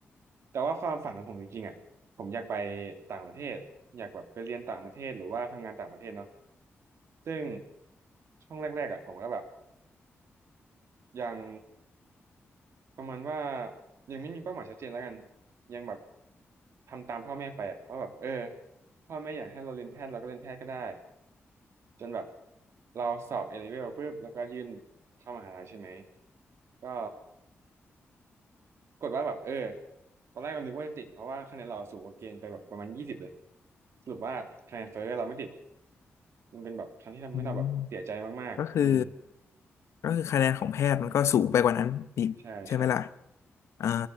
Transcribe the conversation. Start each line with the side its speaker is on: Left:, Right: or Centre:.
Right: แต่ว่าความฝันของผมจริงๆอะผมอยากไปต่างประเทศอยากแบบไปเรียนต่างประเทศหรือว่าทำงานต่างประเทศเนาะซึ่งช่วงแรกๆอะผมก็แบบยัง ประมาณว่ายังไม่มีเป้าหมายชัดเจนแล้วกันยังแบบทำตามพ่อแม่ไปอะว่าแบบเออพ่อแม่อยากให้เราเรียนแพทย์เราก็เรียนแพทย์ก็ได้จนแบบเราสอบเอเลเวลปุ๊บแล้วก็ยื่นเข้ามหาลัยใช่ไหมก็ปรากฏว่าแบบเออตอนแรกเรานึกว่าจะติดเพราะว่าคะแนนเราสูงกว่าเกณฑ์ไปแบบประมาณยี่สิบเลยสรุปว่าคะแนนเฟ้อเราไม่ติดมันเป็นแบบครั้งที่ทำให้เราแบบเสียใจมากๆอืม
Left: อืมก็คือก็คือคะแนนของแพทย์มันก็สูงไปกว่านั้นอีกใช่ไหมล่ะ
Right: ใช่ใช่
Left: อ่า